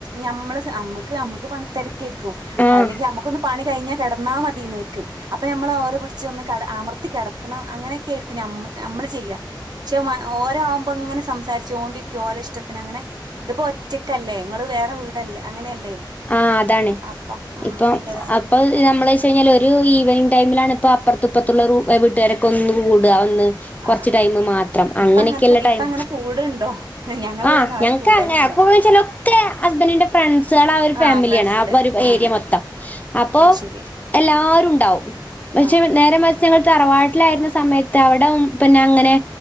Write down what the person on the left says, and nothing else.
ആഹ്
ആഹ് അതാണ്
ഇപ്പം
അപ്പൊ
നമ്മള് വെച്ച് കഴിഞ്ഞാൽ ഒരു ഈവനിംഗ ടൈമിലാണ് ഇപ്പ അപ്പുറത്തപ്പുറത്തുള്ള വീട്ടുകാരൊ ഒന്ന് കൂടുക ഒന്ന്
കൊറച്ച് ടൈം മാത്രം
അങ്ങനെയക്കെയല്ല
ടൈം
ആഹ്
ഞങ്ങക്ക്
അങ്ങനെക്ക ചിലൊക്കെ ഹസ്ബൻഡിന്റെ ഫ്രണ്ട്സുകൾ ആ ഒരു ഫാമിലിയാണ്
ആ ഒരു ഏരിയ
മൊത്തം അപ്പൊ
എല്ലാരും ഉണ്ടാവും പക്ഷെ
നേരെ മറിച്ചു ഞങ്ങൾ തറവാട് വീട്ടിലായിരുന്ന സമയത്ത് അവിട പിന്നെ അങ്ങനെ